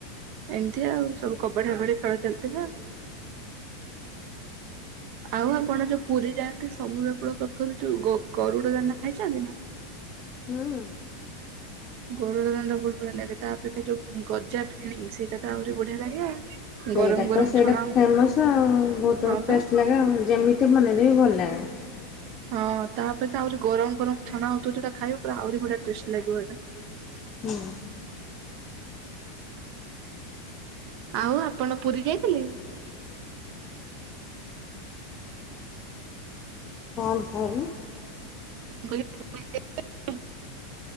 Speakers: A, on the right (about 55°); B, on the left (about 30°).
A: ଏମିତିଆ ଆଉ ସବୁ କବାଡି ଫବାଡି ଖେଳ ଚାଲିଥିଲା ଆଉ। ଆଉ ଆପଣ ଯୋଉ ପୁରୀ ଯାଆନ୍ତି ସମୁଦ୍ର କୂଳ ପାଖରୁ ଯୋଉ ଗ ଗରୁଡ ଦାନା ଖାଇଚନ୍ତି ନା?
B: ହୁଁ ହୁଁ।
A: ଗରୁଡଦାନା ବୋହୁତ ବଢିଆ ଲାଗେ ତାପରେ ଯୋଉ ଗଜା ଫେଣି ସେଇଟା ତ ଆହୁରି ବଢିଆ ଲାଗେ।
B: ସେଇଟା
A: ଗରମ ଗରମ
B: ତ ସେଇଟା
A: ଛଣା
B: ଫେମସ ଆଉ ବୋହୁତ
A: ହଁ ପା।
B: ଟେଷ୍ଟ ଲାଗେ ଯେମିତି ବନେଇଲେ ବି ଭଲ ଲାଗେ।
A: ହଁ ତାପରେ ତ ଆହୁରି ଗରମ ଗରମ ଛଣା ହୋଉଥୁବ ଯେଉଟା ଖାଇବ ପୁରା ଆହୁରି ବଢିଆ ଟେଷ୍ଟ ଲାଗିବ ଏଇଟା।
B: ହୁଁ।
A: ଆଉ ଆପଣ ପୁରୀ ଯାଇଥିଲେ?
B: କଣ କହିଲ?
A: <unintelligible>